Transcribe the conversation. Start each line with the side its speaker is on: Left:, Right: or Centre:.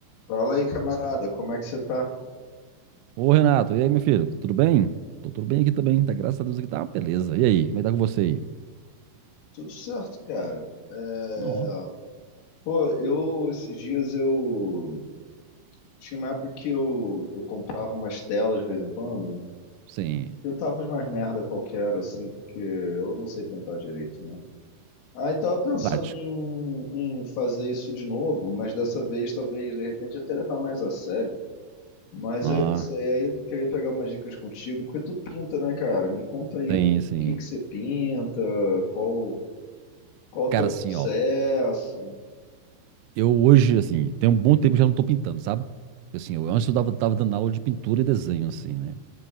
Left: Fala aí, camarada, como é que você tá?
Right: Ô, Renato, e aí, meu filho? Tudo bem? Tô tudo bem aqui também, tá? Graças a Deus aqui tá uma beleza. E aí, como é que tá com você aí?
Left: Tudo certo, cara. É,
Right: Ó,
Left: Pô, eu esses dias eu tinha uma época que eu, eu comprava umas telas de vez em quando,
Right: sim,
Left: pintava umas merda qualquer assim, porque eu não sei pintar direito, né? Aí tava pensando
Right: prático.
Left: em, em fazer isso de novo, mas dessa vez talvez de repente até levar mais a sério. Mas
Right: Ah,
Left: aí não sei, aí eu queria pegar umas dicas contigo, porque tu pinta, né, cara? Me conta aí,
Right: tem,
Left: o
Right: sim.
Left: que que você pinta? Qual Qual o teu
Right: Cara,
Left: processo?
Right: assim, ó, eu hoje, assim, tem um bom tempo que já não tô pintando, sabe? Assim, eu antes eu tava, tava dando aula de pintura e desenho, assim, né?